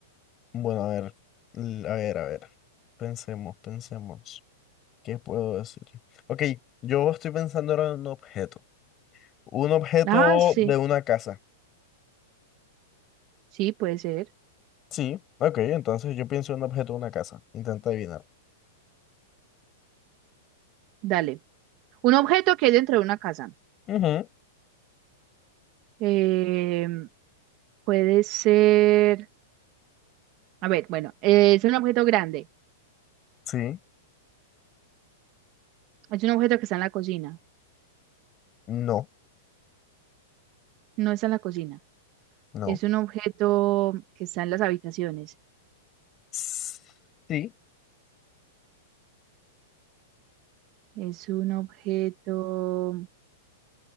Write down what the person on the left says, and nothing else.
Bueno, a ver, l- a ver, a ver. Pensemos, pensemos. ¿Qué puedo decir? Ok, yo estoy pensando ahora en un objeto. Un objeto
de una casa.
Sí, Ok, entonces yo pienso en un objeto de una casa. Intenta adivinar.
ujú,
Sí,
No,
no,
S- sí,